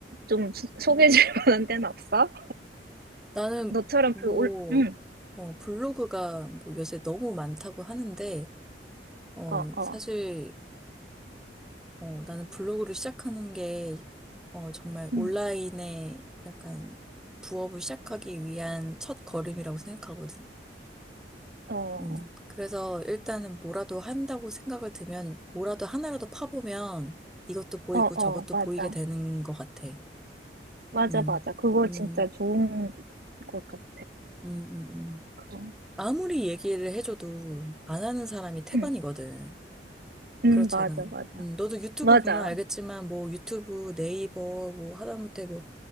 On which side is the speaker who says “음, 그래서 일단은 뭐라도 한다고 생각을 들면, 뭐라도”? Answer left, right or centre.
Centre